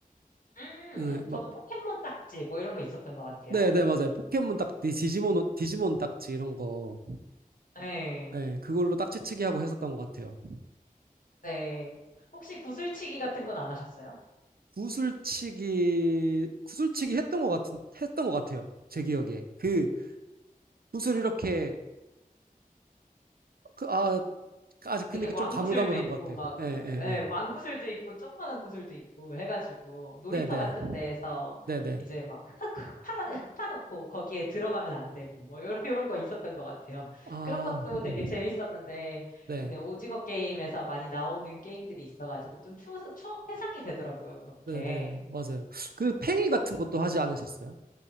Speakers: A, on the left; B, on the right.
A: 음,
B: 네, 막,
A: 저도 포켓몬 딱지 뭐 이런 거 있었던 것 같아요.
B: 네, 네, 맞아요. 포켓몬 딱지, 디지몬, 디지몬 딱지 이런 거.
A: 네,
B: 네, 그걸로 딱지치기 하고 했었던 것 같아요.
A: 네. 혹시 구슬치기 같은 건 안 하셨어요?
B: 구슬치기 구슬치기 했던 것 같은 했던 것 같아요. 제 기억에 그 구슬 이렇게 그, 아 아직 근데
A: 이렇게
B: 그
A: 왕구슬도
B: 좀 가물가물한
A: 있고
B: 것 같아요.
A: 막
B: 예예예
A: 예, 왕구슬도 있고 조그만한 구슬도 있고 해가지고 놀이터
B: 네네
A: 같은 데에서
B: 네네
A: 이제 막 흙, 흙 파가 흙 파놓고 거기에 들어가면 안 되고 뭐 이런 이런 거 있었던 것 같아요.
B: 아
A: 그런 것도 되게
B: 음.
A: 재밌었는데
B: 네,
A: 이번에 오징어 게임에서 많이 나오는 게임들이 있어가지고 좀 추, 추억 회상이 되더라고요. 그렇게.
B: 네, 네, 맞아요. 그 팽이 같은 것도 하지 않으셨어요?